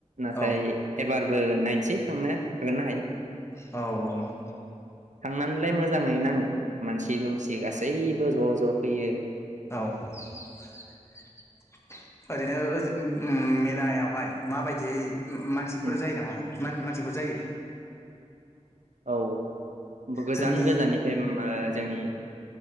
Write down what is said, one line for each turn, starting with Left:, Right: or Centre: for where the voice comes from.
Right: नाथाय
Left: औ
Right: एबारबो नायनोसै थांनो हागोन ना हाया।
Left: औ औ
Right: थांनानैलाय मोजाङै नाङो मानसि दुमसि गासै गासैबो ज' ज' फैयो
Left: औ बिदिनो ओजो ओ ओरैनो मेलायाव बेवहाय माबायदि मानसिफोर
Right: उम
Left: जायो नामाहाय माहोनो मानसिफोर जायो
Right: औ गोजान
Left: जोंनि
Right: गोजान निफ्राय ओ जोंनि